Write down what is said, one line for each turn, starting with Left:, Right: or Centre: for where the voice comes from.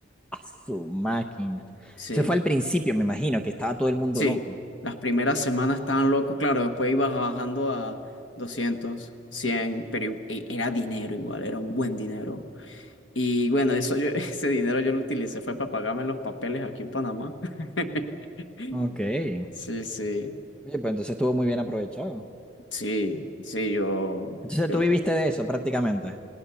Centre: A su máquina.
Left: Sí,
Centre: Eso fue al principio, me imagino, que estaba todo el mundo
Left: sí.
Centre: loco.
Left: Las primeras semanas estaban locos, claro, después ibas bajando a 200 cien pero i- e, era dinero igual, era un buen dinero. Y bueno, eso yo- <laughs> ese dinero yo lo utilicé fue para pagarme los papeles aquí en Panamá. <laughs>
Centre: Ok. Oye,
Left: Sí, sí,
Centre: pues entonces estuvo muy bien aprovechado.
Left: sí, sí, yo,
Centre: Entonces
Left: yo,
Centre: tú viviste de eso prácticamente.